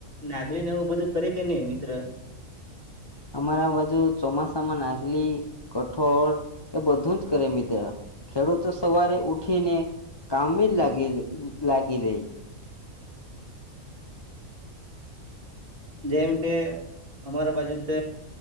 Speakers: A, on the right; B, on the left.
A: નાગલીને એવું બધું કરે કે ની મિત્ર?
B: અમારા બાજુ ચોમાસામાં નાગલી, કઠોળ એ બધું જ કરે મિત્ર. ખેડૂતો સવારે ઉઠીને કામે જ લાગીલ લ-લાગી રેય.
A: જેમ કે, અમારા બાજુ ત